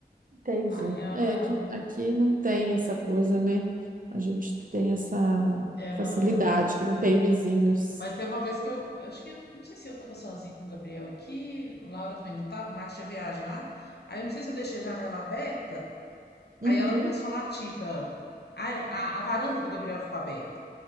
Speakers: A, on the right; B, on the left.
A: entendi.
B: Aí ela,
A: É, aqui, aqui não tem essa coisa, né? A gente tem essa
B: ela.
A: facilidade que não tem vizinhos.
B: Mas teve uma vez que eu, eu acho que, eu- não sei se eu tava sozinha com o Gabriel aqui, o Laura também não tava, o Max tinha viajado. Aí eu não sei se eu deixei a janela aberta,
A: Uhum,
B: aí ela começou a latir pra. Aí a, a varanda do Gabriel ficou aberta.